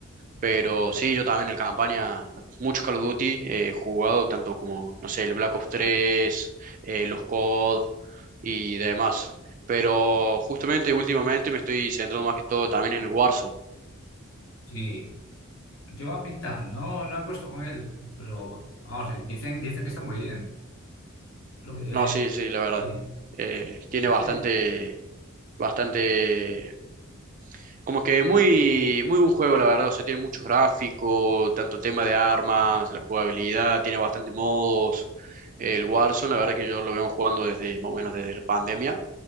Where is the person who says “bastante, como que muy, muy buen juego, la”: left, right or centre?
Right